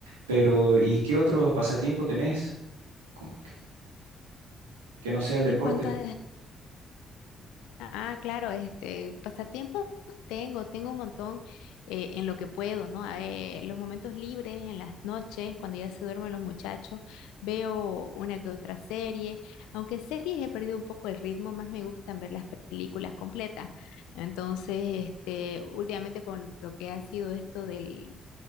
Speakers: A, on the right; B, on the left.
A: Pero, ¿y qué otros pasatiempos tenés con- que que no sea el
B: En
A: deporte?
B: cuanto a Ah, claro, este, pasatiempos tengo, tengo un montón eh, en lo que puedo, ¿no? Ah, Eh, los momentos libres, en las noches, cuando ya se duermen los muchachos, veo una que otra serie, aunque series he perdido un poco el ritmo, más me gustan ver las películas completas. Entonces, este, últimamente con lo que ha sido esto del,